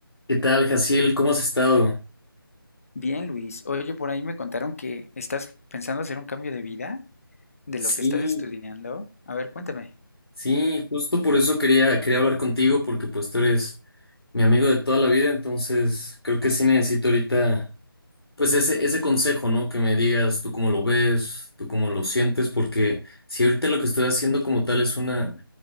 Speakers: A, on the left; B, on the left.
A: ¿Qué tal, Jaciel? ¿Cómo has estado?
B: Bien, Luis. Oye, por ahí me contaron que estás pensando hacer un cambio de vida de lo
A: Sí,
B: que estás estudiando. A ver, cuéntame.
A: sí, justo por eso quería, quería hablar contigo, porque pues tú eres mi amigo de toda la vida, entonces creo que sí necesito ahorita, pues ese, ese consejo, ¿no? Que me digas tú cómo lo ves, tú cómo lo sientes, porque si ahorita lo que estoy haciendo como tal es una